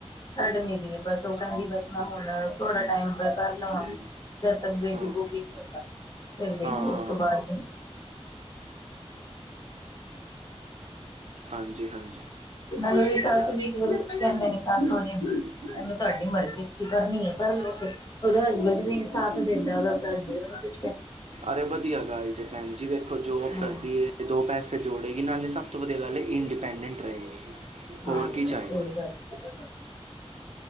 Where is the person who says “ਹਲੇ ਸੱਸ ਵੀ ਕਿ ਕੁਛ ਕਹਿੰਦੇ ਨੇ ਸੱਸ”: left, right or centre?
Left